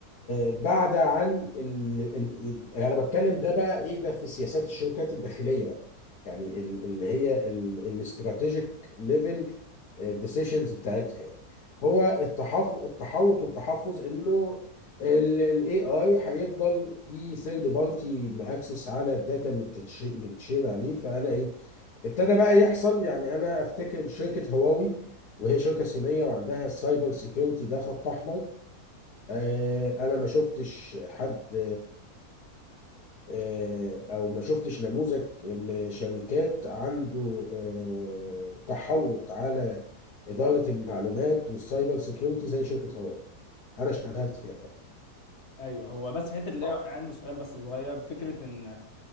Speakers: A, on the left; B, on the left.
A: بعد عن ال... ال... ال- انا بتكلم ده بقى ايه ده في سياسات الشركات الداخليه بقى يعني ال- اللي هي الاستراتيجيك ليفل الديسيشنز بتاعتها هو التحف... التحوط والتحفظ انه الاي اي هيفضل في ثيرد بارتي ماكسس على الداتا اللي بتتش... اللي بتشير عليه فانا ايه ابتدى بقى يحصل يعني انا افتكر شركه هواوي وهي شركه صينيه وعندها السايبر سيكيورتي ده خط احمر آه، انا ما شفتش حد آه، او ما شفتش نموذج م- شركات عنده آه، تحوط على اداره المعلومات والسايبر سيكيورتي
B: مم.
A: زي شركه هواوي انا اشتغلت فيها فتره
B: ايوه هو بس في حته الاي
A: آه،
B: اي عندي سؤال بس صغير فكره ان